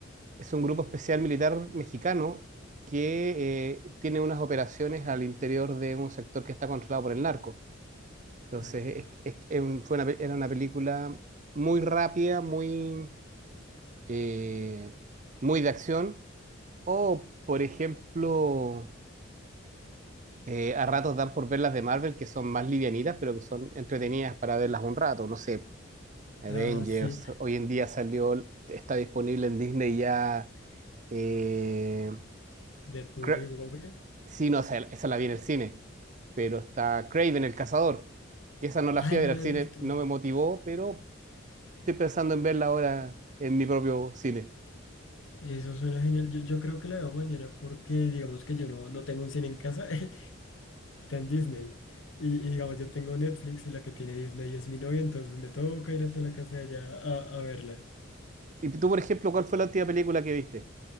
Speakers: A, on the right; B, on the left.
A: es un grupo especial militar mexicano que eh, tiene unas operaciones al interior de un sector que está controlado por el narco. Entonces,
B: Ujú.
A: es- es- es un- fue una pe- era una película muy rápida, muy, eh, muy de acción. O, por ejemplo, eh, a ratos dan por ver las de Marvel, que son más livianitas, pero que son entretenidas para verlas un rato. No sé, Avengers,
B: Ah, sí,
A: hoy en día salió, está disponible en Disney ya. eh,
B: Deadpool
A: Cra-
B: y Wolverine.
A: sí, no, o sea, esa la vi en el cine, pero está Craven el Cazador. Y esa no la
B: Ay,
A: fui a ver
B: no
A: al
B: la
A: cine,
B: he visto.
A: no me motivó, pero estoy pensando en verla ahora en mi propio cine.
B: Eso suena genial. Yo, yo creo que la veo mañana porque digamos que yo no, no tengo un cine en casa, <laughs> está en Disney. Y, y digamos, yo tengo Netflix y la que tiene Disney es mi novia, entonces me toca ir hasta la casa de allá a, a verla.
A: ¿Y tú, por ejemplo, cuál fue la última película que viste?